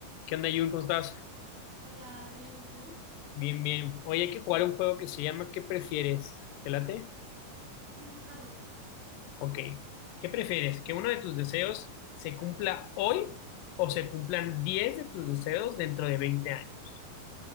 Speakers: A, on the left; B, on the right.
A: ¿Qué onda, Jun? ¿Cómo estás?
B: Hola, bien, ¿y tú?
A: Bien, bien. Hoy hay que jugar un juego que se llama ¿Qué prefieres? ¿Te late?
B: Sí, sí, jalo.
A: Ok. ¿Qué prefieres? ¿Que uno de tus deseos se cumpla hoy o se cumplan 10 de tus deseos dentro de 20 años?